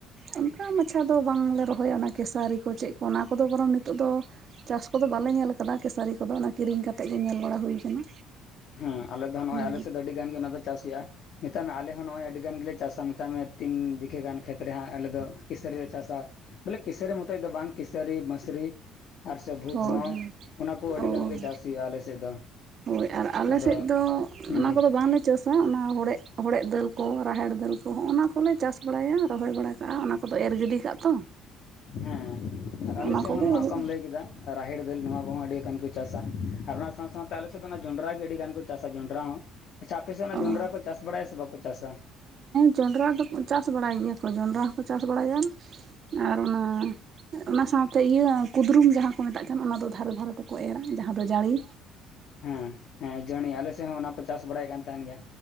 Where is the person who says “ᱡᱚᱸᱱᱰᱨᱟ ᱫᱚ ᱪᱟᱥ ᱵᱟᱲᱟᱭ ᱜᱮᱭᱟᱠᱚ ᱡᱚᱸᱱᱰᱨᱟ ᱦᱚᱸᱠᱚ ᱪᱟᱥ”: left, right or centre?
Right